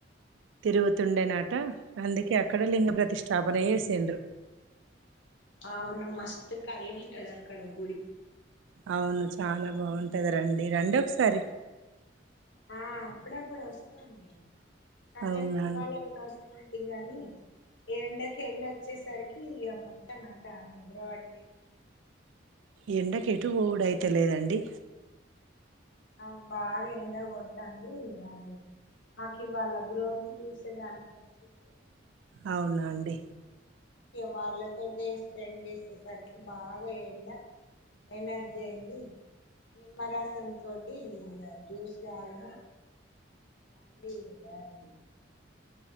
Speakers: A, on the right; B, on the left.
A: తిరుగుతుండే నట అందుకే అక్కడ లింగ ప్రతిస్టాపనా జేసిండ్రు
B: అవును మస్తు కలుంటది అక్కడ గుడి
A: అవును చాలా బాగుంటది రండి రండి ఒకసారి
B: ఆ అప్పుడప్పుడు వస్తాం మేము కాదంటే
A: అవునా
B: ఇవాళ గూడా వస్తా ఉంటిం గానీ ఎండక ఎళ్ళ వచ్చేసరికి ఇక మొత్తం అంత నిద్ర బట్టింది.
A: ఎండకెటు బోవుడయిత లేదండి
B: అ బాగా ఎండ కొడతాంది అది మాకు ఇవాళ గ్రోత్ చూసేడానికి వచ్చిల్లు
A: అవునా అండి
B: వాళ్ళతోటే స్పెండ్ చేసేసరికి బాగా ఎండ ఎనర్జీ అయింది నిమ్మరసంతోటి ఇగ జ్యూస్ దాగినా మళ్ళీ అది